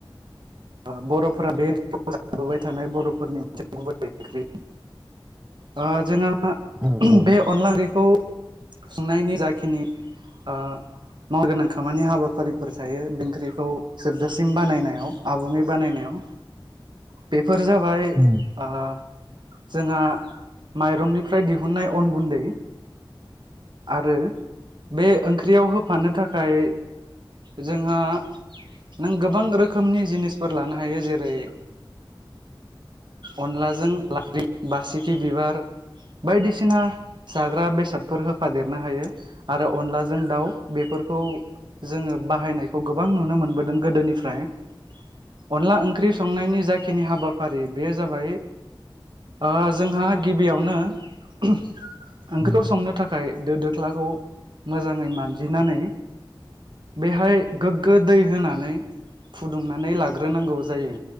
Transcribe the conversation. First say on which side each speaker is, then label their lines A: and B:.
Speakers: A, on the right; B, on the right.
A: ओ बर'फोरा बे ओंख्रिरि जाबोबाय थानाय बर'फोरनि मोनसे गुबै ओंख्रि। अ जोंहा
B: औ औ
A: बे
B: औ
A: अनला ओंख्रिखौ संनायनि जाखिनि ओ मावगोनां खामानि हाबाफारिफोर थायो बे ओंख्रिखौ जोबजासिम बानायनायाव। आबुङै बानायनायाव बेफोर जाबाय
B: औ
A: ओ जोंहा माइरंनिफ्राय दिहुननाय अन गुन्दै। आरो बे ओंख्रियाव होफानो थाखाय जोंहा नों गोबां रोखोमनि जिनिसफोर लानो हायो जेरै। अनलाजों लाफ्रि बासिखि बिबार। बायदिसिना जाग्रा बेसादफोर होफादेरनो हायो आरो अनलाजों दाउ। बेफोरखौ जोङो बाहायनायखौ गोबां नुनो मोनबोदों गोदोनिफ्राय। अनला ओंख्रि संनायनि जाख खिनि हाबाफारि बेयो जाबाय ओ जोंहा गिबियावनो ओंख्रिखौ
B: औ
A: संनो थाखाय दो दोख्लाखौ मोजाङै मानजिनानै। बेहाय गोग्गो दै होनानै फुदुंनानै लाग्रोनांगौ जायो।